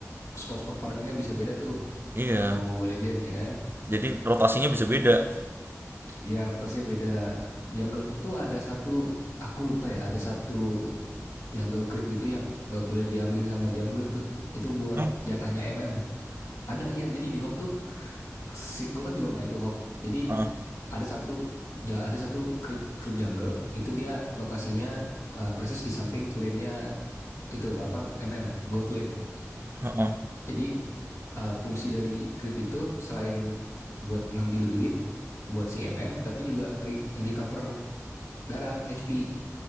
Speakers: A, on the left (about 70°); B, on the right (about 45°).
A: spot-spot farmingnya bisa beda tuh
B: Iya,
A: sama Mobile Legend ya kan.
B: Jadi rotasinya bisa beda.
A: Iya rotasinya beda. Jungle Hawk tuh ada satu aku lupa ya ada satu jungle creep itu yang nggak boleh diambil sama jungler tuh. Itu buat
B: oh
A: jatahnya MM. Ada iya jadi di Hawk tuh si gue kan juga main tuh Hawk. Jadi
B: Heeh.
A: ada satu ja, ada satu creep creep jungle itu dia lokasinya uh, persis di samping lane-nya itu apa MM gold lane
B: Heeh.
A: jadi uh, fungsi dari krip itu selain buat ngambil duit buat si MM tapi juga ngeri ngeri cover darah HP.